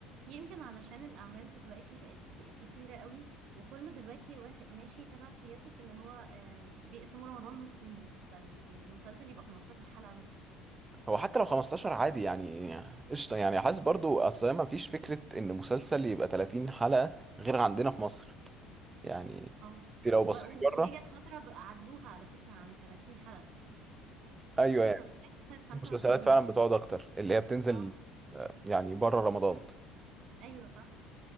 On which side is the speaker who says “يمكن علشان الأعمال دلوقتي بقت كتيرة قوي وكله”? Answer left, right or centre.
Right